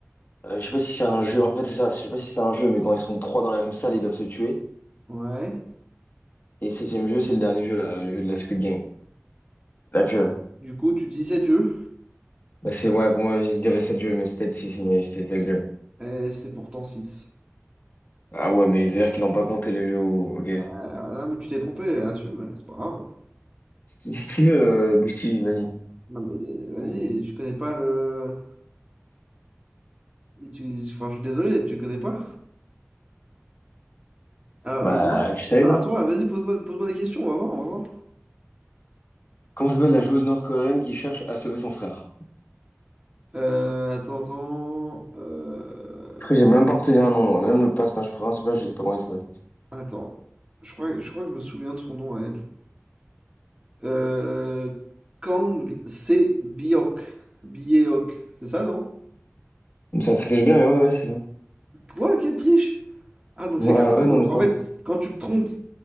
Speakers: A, on the left; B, on the right.
A: euh, je sais pas si c'est un jeu. En fait, c'est ça. Je sais pas si c'est un jeu, mais quand ils sont trois dans la même salle, ils doivent se tuer.
B: Ouais.
A: Et septième jeu, c'est le dernier jeu, là, le jeu de la Squid Game. La pure
B: Du coup, tu dis 7 jeux,
A: Bah c'est ouais, pour moi, je dirais 7 jeux, mais c'est peut-être 6 mais c'est 7 jeux.
B: et c'est pourtant 6.
A: Ah ouais, mais c'est-à-dire qu'ils n'ont pas compté les jeux où... Ok.
B: Ah mais tu t'es trompé, assume, c'est pas grave.
A: Qu'est-ce qu'il veut, euh, Bouti? Vas-y.
B: Non, mais euh,
A: Vas-y.
B: vas-y, tu connais pas le. tu- Enfin, je suis désolé, tu connais pas. À,
A: Bah,
B: à moi?
A: tu savais,
B: Non,
A: toi?
B: à toi, vas-y, pose-moi pose-moi des questions, on va voir, on va voir.
A: Comment s'appelle la joueuse nord-coréenne qui cherche à sauver son frère?
B: Euh, attends, attends. Euh...
A: Après, j'ai même pas retenu un nom, moi. Même le personnage principal, je sais pas comment il s'appelle.
B: Attends, je crois, je crois que je me souviens de son nom à elle. Euh, Kang Se Biok. Biok, c'est ça, non?
A: Mais Ça triche bien, mais ouais, ouais, c'est ça.
B: Quoi, quelle triche? Ah, donc
A: Ouais,
B: c'est comme
A: ah
B: Ouais, ça.
A: ouais,
B: bah
A: non,
B: Donc
A: mais
B: oui.
A: c'est
B: en
A: pas.
B: fait,
A: grave.
B: quand tu te trompes,